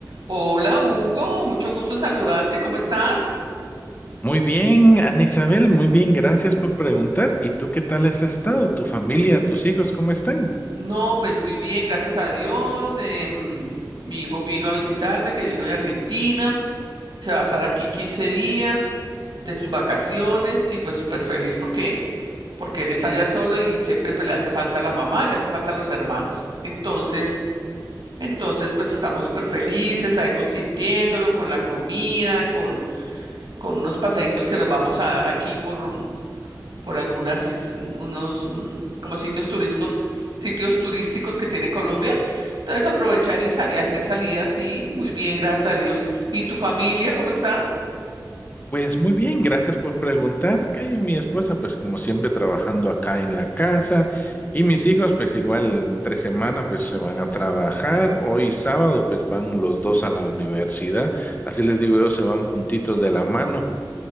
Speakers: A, on the right; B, on the left.
A: Hola Hugo, mucho gusto en saludarte, ¿cómo estás?
B: Muy bien, Ana Isabel, muy bien, gracias por preguntar. ¿Y tú qué tal has estado? ¿Tu familia, tus hijos, cómo están?
A: No, pues muy bien, gracias a Dios. em, mi hijo vino a visitarme, que vino de Argentina, se va a estar aquí 15 días de sus vacaciones y pues súper feliz porque, porque él está allá solo y siempre pues le hace falta la mamá, le hace falta los hermanos. Entonces, entonces pues estamos súper felices ahí consintiéndolo con la comida, con, con unos paseitos que nos vamos a dar aquí por, por algunas sis- unos mm, como sitios turísticos, sitios turísticos que tiene Colombia. Entonces aprovechar y, sa- y hacer salidas, sí, muy bien, gracias a Dios. ¿Y tu familia cómo está?
B: Pues muy bien, gracias por preguntar. Que mi esposa, pues como siempre, trabajando acá en la casa. Y mis hijos, pues igual, tres semana, pues se van a trabajar. Hoy sábado, pues van los dos a la universidad. Así les digo yo, se van juntitos de la mano.